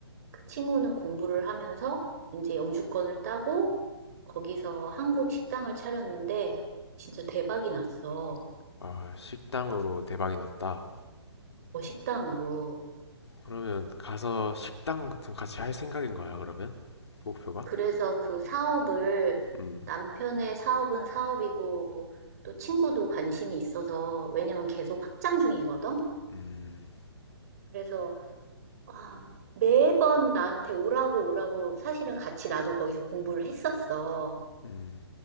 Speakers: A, on the right (about 35°); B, on the left (about 70°).
A: 그 친구는 공부를 하면서 이제 영주권을 따고 거기서 한국 식당을 차렸는데 진짜 대박이 났어.
B: 아, 식당으로 대박이 났다.
A: 어, 식당으로.
B: 그러면 가서 식당 같은 거 같이 할 생각인 거야, 그러면? 목표가?
A: 그래서 그 사업을
B: 음,
A: 남편의 사업은 사업이고 또 친구도 관심이 있어서 왜냐면 계속 확장 중이거든.
B: 음,
A: 그래서 아, 매번 나한테 오라고 오라고 사실은 같이 나도 거기서 공부를 했었어.
B: 음.